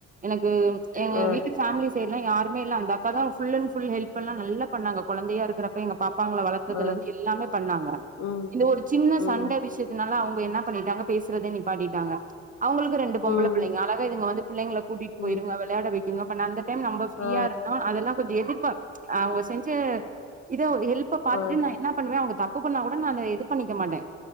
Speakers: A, on the right; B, on the left.
A: என ம் எங்க
B: ஆ
A: வீட்டு ஃபேமிலிஸ் எல்லா யாருமேல்ல அந்த அக்கா தா ஃபுல் அன்ட் ஃபுல் ஹெல்ப்பல்லா நல்லா பண்ணாங்க கொழந்தையா இருக்குறப்ப எங்க பாப் பாங்கள வளத்ததுலெந்து
B: ஆ
A: எல்லாமே பண்ணாங்க
B: ம்
A: இந்த ஒரு சின்ன
B: ம்
A: சண்ட விஷ்யத்துனால அவுங் க‌ என்ன பண்ணிட்டாங்க பேசுறதே நிப்பாட்டிட்டாங்க அவுங்களுக்கு ரெண்டு பொம்பள
B: ம்
A: புள்ளைங்க அழகா இதுங்க வந்து புள்ளைங்கல கூட்டிட்டு போயிருங்க
B: ம்
A: வெளயாட‌‌வை க்குங்க <unintelligible> டைம் நம்ப ஃப்ரீயா
B: ஆ
A: இருந்தோ அதெல்லா கொஞ்ச எதுப்பா அவுங்க செஞ்ச இ த ஹெல்ப பாத்துட்டு
B: ஆ
A: நா என்னா பண்ணுவே அவுங்க தப்பு பண்ணா கூ ட நானு இது பண்ணிக்க மாட்டே